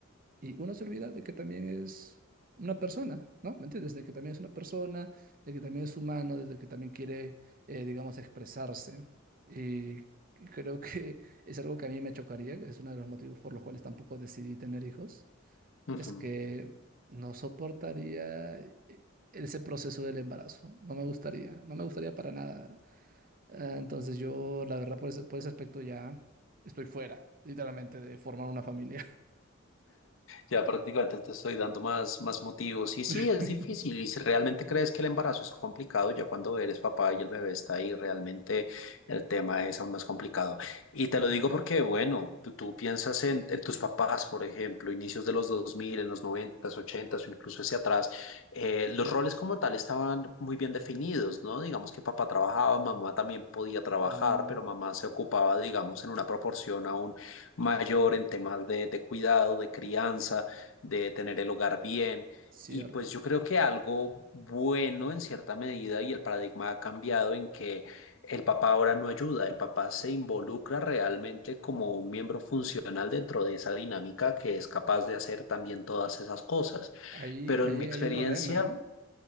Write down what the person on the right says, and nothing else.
Y uno se olvida de que también es una persona, ¿no? ¿Me entiendes? De que también es una persona, de que también es humano, de que también quiere, eh, digamos, expresarse. Y creo que <laughs> es algo que a mí me chocaría, es uno de los motivos por los cuales tampoco decidí tener hijos,
es que no soportaría eh, ese proceso del embarazo, no me gustaría, no me gustaría para nada. Eh, Entonces yo, la verdad, por ese, por ese aspecto ya estoy fuera, literalmente, de formar una familia.
<laughs>
Mm.
Cierto.
Ahí,
ahí
hay un problema, ¿eh?